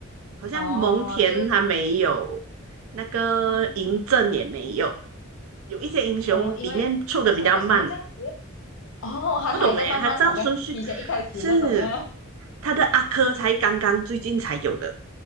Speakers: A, on the right; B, on the left.
A: 好像蒙恬他没有，
B: 哦，就
A: 那个嬴政也没有，
B: 哦
A: 有一些英雄里面出的比较慢，
B: 哦，因为为什么为什么会这样子？哦，还还在慢慢，
A: 不懂诶，他照顺序
B: 好像以前一开始那种啊
A: 是。他的阿珂才刚刚最近才有的。